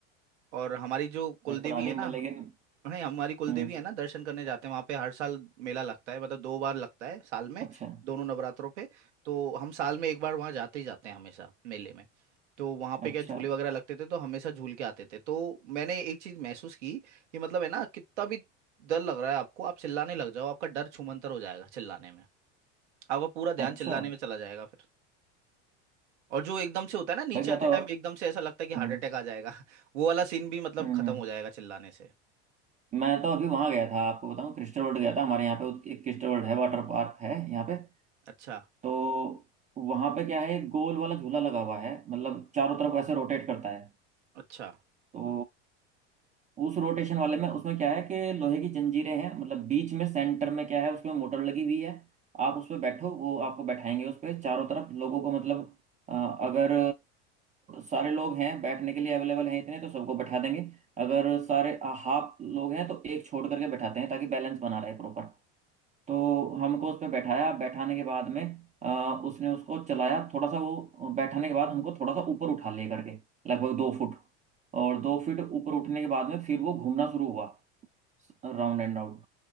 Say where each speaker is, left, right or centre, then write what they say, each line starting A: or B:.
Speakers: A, on the right (about 85°); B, on the right (about 20°).
A: और हमारी जो कुलदेवी
B: भाई पता नहीं
A: है ना
B: मैं लेकिन
A: नहीं हमारी कुलदेवी
B: हम्म
A: है ना दर्शन करने जाते हैं वहां पे हर साल मेला लगता है मतलब दो बार लगता है साल में
B: अच्छा हम्म,
A: दोनों नवरात्रों पे तो हम साल में एक बार वहां जाते ही जाते हैं हमेशा मेले में तो वहां
B: अच्छा
A: पे क्या झूले वगैरह लगते थे तो हमेशा झूल के आते थे तो मैंने एक चीज महसूस की कि मतलब है ना कितना भी डर लग रहा है आपको आप चिल्लाने लग जाओ आपका डर छूमंतर हो जाएगा चिल्लाने में आपका पूरा ध्यान
B: अच्छा
A: चिल्लाने में चला जाएगा फिर और जो एकदम से होता है ना नीचे
B: भाई मैं
A: आते
B: तो
A: टाइम एकदम से ऐसा लगता है कि हार्ट
B: हम्म
A: अटैक आ जाएगा <laughs> वो वाला सीन भी मतलब
B: हम्म
A: खत्म
B: हम्म।
A: हो जाएगा चिल्लाने से
B: मैं तो अभी वहां गया था आपको बताऊं क्रिस्टल वर्ल्ड गया था हमारे यहाँ पे एक क्रिस्टल वर्ल्ड है वाटर पार्क है यहाँ पे
A: अच्छा
B: तो वहां पे क्या है एक गोल वाला झूला लगा हुआ है मतलब चारों तरफ ऐसे रोटेट करता है
A: अच्छा
B: तो उस रोटेशन वाले में उसमें क्या है कि लोहे की जंजीरें हैं मतलब बीच में सेंटर में क्या है उसमें मोटर लगी हुई है आप उस पर बैठो वो आपको बैठाएंगे उस पर चारों तरफ लोगों को मतलब अ, अगर सारे लोग हैं बैठने के लिए अवेलेबल हैं इतने तो सबको बैठा देंगे अगर सारे हाफ लोग हैं तो एक छोड़ करके बैठाते हैं ताकि बैलेंस बना रहे प्रॉपर। तो हमको उस पर बैठाया बैठाने के बाद में अ, उसने उसको चलाया थोड़ा सा वो बैठाने के बाद हमको थोड़ा सा ऊपर उठा ले करके लगभग दो फुट और दो फीट ऊपर उठने के बाद में फिर वो घूमना शुरू हुआ राउंड एंड राउंड